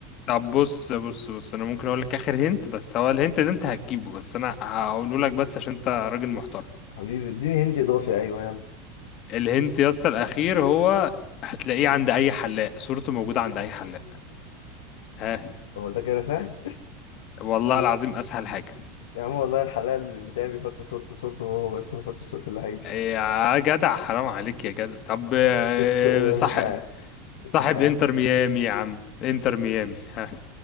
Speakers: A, on the left (about 45°); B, on the left (about 65°).
A: طب بص بص بص انا ممكن اقول لك اخر هنت بس هو الهنت ده انت هتجيبه بس انا هقوله لك بس عشان انت راجل محترم
B: حبيبي اديني هنت اضافي ايوه يلا
A: الهنت يا اسطى الاخير هو هتلاقيه عند اي حلاق صورته موجودة عند اي حلاق ها
B: هو ده كده سهل
A: والله العظيم اسهل حاجة
B: يا عم والله الحلال بتاعي بيحط صورته صورته هو بس ما بيحطش صورة اللعيب
A: يا جدع حرام عليك يا جدع طب آه،
B: استو... آه،
A: صح
B: مش عارف
A: صاحب
B: مش عارف
A: انتر ميامي يا عم انتر ميامي ها